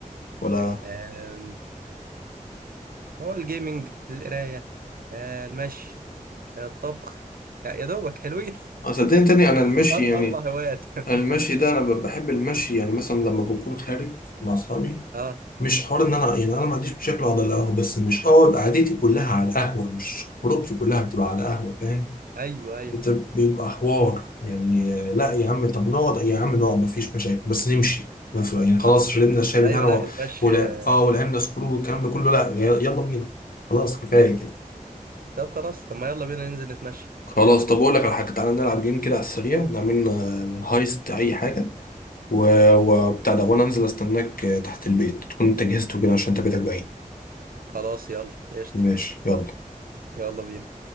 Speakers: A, on the left; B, on the right.
A: ولا
B: آم، هو الجيمنج القراية آه، المشي آه، الطبخ يا يا دوبك حلوين <laughs>
A: آه، صدقني تاني انا المشي
B: أر-
A: يعني
B: أربع هوايات <laughs>
A: أنا المشي ده انا ب- بحب المشي يعني مثلا لما بكون خارج مع اصحابي
B: اه
A: مش حوار ان انا يعني انا ما عنديش مشاكل اقعد على القهوه بس مش اقعد قعدتي كلها على القهوه مش خروجتي كلها بتبقى على القهوه فاهم
B: أيوه أيوه
A: بت- بيبقى حوار يعني آه، لا يا عم طب نقعد يا عم نقعد ما فيش مشاكل بس نمشي ما في- يعني خلاص شربنا الشاي
B: أيوه
A: بتاعنا
B: لا
A: و-
B: المشي
A: ولا
B: آه.
A: اه ولعبنا سكرو والكلام ده كله لا ي- يلا بينا خلاص كفايه كده
B: طب خلاص طب ما يلا بينا ننزل نتمشى
A: خلاص طب اقول لك على حاجه تعالى نلعب جيم كده على السريع نعمل لنا هايست اي حاجه و... وبتاع ده وانا انزل استناك آه، تحت البيت تكون انت جهزت وكده عشان انت بيتك بعيد
B: خلاص يلا قشطة
A: ماشي يلا
B: يلا بينا